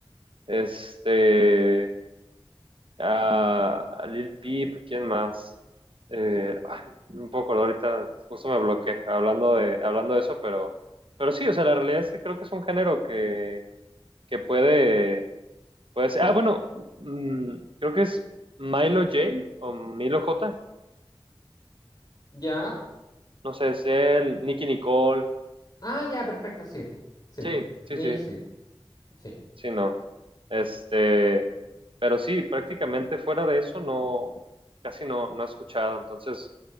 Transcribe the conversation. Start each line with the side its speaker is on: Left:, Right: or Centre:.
Right: este, a, a Lil Peep, ¿quién más? Eh, ay, un poco, ahorita justo me bloqueé hablando de, hablando de eso, pero, pero sí, o sea, la realidad es que creo que es un género que, que puede, puede ser. Ah, bueno, mm, creo que es Milo J o Milo J.
Left: Ya.
Right: No sé, es él, Nicky Nicole.
Left: Ah, ya, perfecto, sí. Sí.
Right: Sí, sí,
Left: Y ellos
Right: sí,
Left: sí. Sí.
Right: sí, no. Este, pero sí, prácticamente fuera de eso no, casi no, no he escuchado. Entonces,